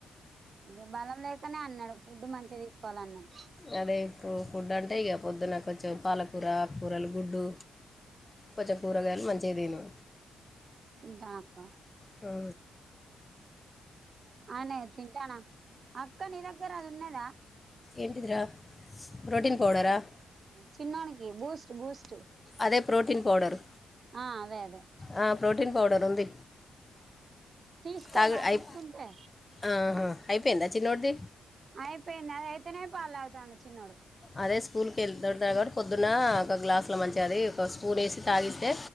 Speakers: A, on the right; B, on the left.
A: ఇంక బలం లేకనే అన్నాడు ఫుడ్డు మంచిగా తీసుకోవాలన్నాడు
B: అదే ఇప్పుడు ఫుడ్ అంటే ఇగ పొద్దున కొంచెం పాలకూర ఆక్కూరలు గుడ్డు కొంచెం కూరగాయలు మంచిగా తిను
A: తింటా అక్క
B: ఆ
A: అవునే తింటానా అక్కా నీ దగ్గర అది ఉన్నదా
B: ఏంటిదిరా ప్రోటీన్ పౌడరా
A: చిన్నోనికి బూస్ట్ బూస్ట్
B: అదే ప్రోటీన్ పౌడరు
A: ఆ అదే అదే
B: ఆ ప్రోటీన్ పౌడర్ ఉంది
A: తీసుకోమా
B: తాగు అయి
A: తీసుకుంటే
B: ఆహా అయిపోయిందా చిన్నోడిది
A: అయిపోయింది అది అయితేనే పాలు తాగుతాండు చిన్నోడు
B: అదే స్కూల్ కెళ్తుంటారు కాబట్టి పొద్దున్న ఒక గ్లాస్ లో మంచిగా అది ఒక్క పూనేసి తాగిస్తే